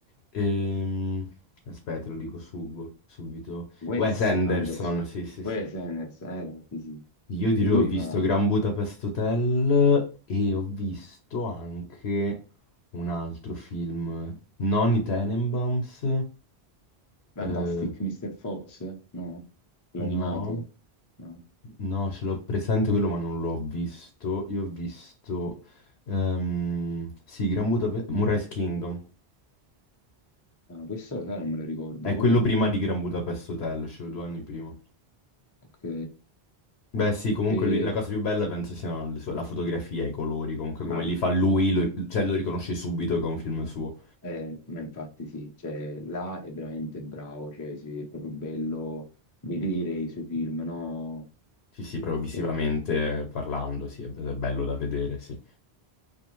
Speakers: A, on the left; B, on the left.
A: Ehm, aspetta, lo dico sub- subito.
B: Wes
A: Wes Anderson,
B: Anderson.
A: sì, sì, sì.
B: Wes Anderson, eh, sì, sì.
A: Io di lui
B: Lui
A: ho visto
B: fa
A: Gran Budapest Hotel e ho visto anche un altro film, non i Tenenbaums,
B: Fantastic
A: eh,
B: Mr. Fox, no? L'animato,
A: no.
B: no?
A: No, ce l'ho presente quello, ma non l'ho visto. Io ho visto... ehm, sì, Gran Budapest... Moonrise Kingdom.
B: No, questo sai, non me lo ricordo
A: È
B: com'è.
A: quello prima di Gran Budapest Hotel, cioè due anni prima.
B: Ok.
A: Beh, sì, comunque
B: E,
A: le- la cosa più bella penso siano le sue- la fotografia, i colori, comunque
B: ma
A: come li fa lui, lo, cioè lo riconosci subito che è un film suo.
B: Eh, ma infatti sì, cioè, là è veramente bravo, cioè, sì, è proprio bello vedere i suoi film, no?
A: Sì, sì, proprio visivamente
B: Cioè,
A: parlando, sì, è be- è bello da vedere, sì.